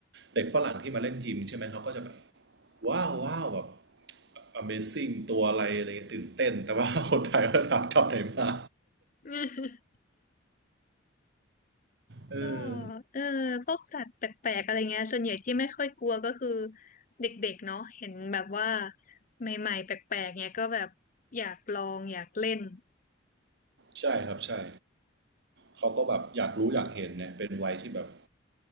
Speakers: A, on the right; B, on the left.
A: เด็กฝรั่งที่มาเล่นยิมใช่ไหมเขาก็จะแบบ ว้าวว้าวแบบ Amazing ตัวอะไรอะไรเงี้ยตื่นเต้น แต่ว่าคนไทยก็ถามจอบไหนมา
B: <laughs>
A: เออ
B: ก็เออพวกสัตว์แปลกๆอะไรเงี้ยส่วนใหญ่ที่ไม่ค่อยกลัวก็คือเด็กๆเนาะเห็นแบบว่าใหม่ๆแปลกๆเนี้ยก็แบบอยากลองอยากเล่น
A: ใช่ครับใช่เขาก็แบบอยากรู้อยากเห็นเนี่ยเป็นวัยที่แบบ